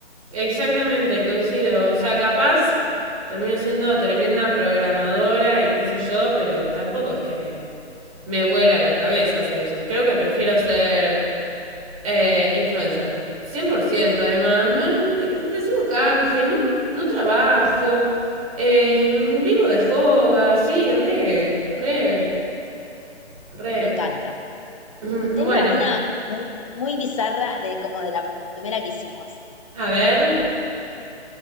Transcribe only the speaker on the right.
Exactamente, coincido. O sea, capaz termino siendo tremenda programadora y qué sé yo, pero tampoco es que me, me vuela la cabeza hacer eso. Creo que prefiero ser eh, influencer. cien por ciento. además. Me- recibo canje, no, no trabajo, eh, vivo de joda, sí, re, re, re.
<clears throat> Ujú, Bueno,
a ver.